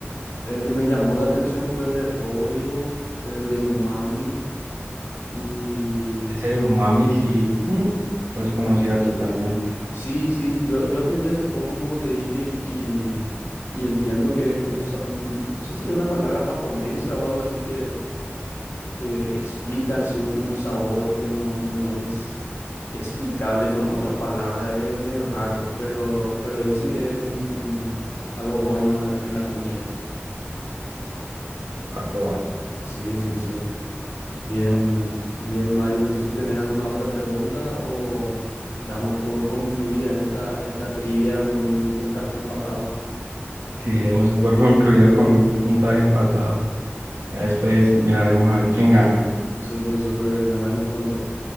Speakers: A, on the left; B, on the right.
A: El que me llamó la atención fue el de Rodio, el de Umami y...
B: Ese de umami sí, mm, no es conocida totalmente.
A: Sí, sí, yo, yo aprendí hace poco, como te dije, y, y, y entiendo que es un, sa- un- no sé si es una palabra japonesa o algo así que, que explica así un, un sabor que no, no es explicable con otras palabras, es medio raro, pero, pero dicen que es un, un, algo bueno en la comida.
B: Toca probarlo.
A: Sí, sí, sí. Bien, bien, Mario. No sé si tenés alguna otra pregunta o damos por concluida esta, esta trivia con un puntaje empatado.
B: Sí, hemos por concluido con un puntaje empatado. Ya después miraremos a ver quién gana.
A: Súper, súper. Nos vemos pronto.